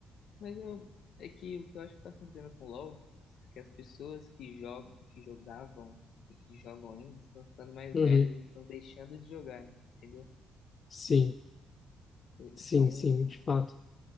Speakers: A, on the left (about 70°); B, on the left (about 40°).
A: Mas eu, é que o que eu acho que tá acontecendo com o LoL, que as pessoas que jogam, que jogavam e que jogam ainda estão ficando mais
B: Uhum.
A: velhas e estão deixando de jogar, entendeu?
B: Sim.
A: Então,
B: Sim, sim, de fato.